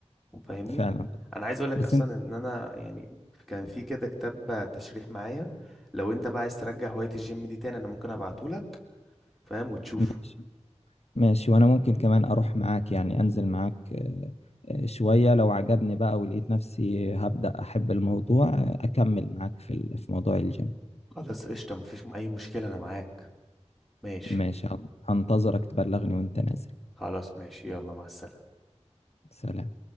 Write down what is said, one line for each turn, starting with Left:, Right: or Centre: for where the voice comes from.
Centre: فاهمني
Left: فعلا
Centre: أنا عايز أقولك
Left: بس
Centre: أصلا
Left: انت
Centre: إن أنا يعني كان في كده كتاب تشريح معايا لو أنت بقى عايز ترجع هواية الجيم دي تاني أنا ممكن أبعتهولك فاهم وتشوفه
Left: ماشي ماشي وانا ممكن كمان اروح معاك يعني انزل معاك آه، آه، شوية لو عجبني بقى ولقيت نفسي هبدأ احب الموضوع آه، اكمل معاك في ال- في موضوع الجيم
Centre: خلاص قشطة مفيش م- أي مشكلة أنا معاك ماشي
Left: ماشي هن- هنتظرك تبلغني وانت نازل
Centre: خلاص ماشي يلا مع السلامة
Left: سلام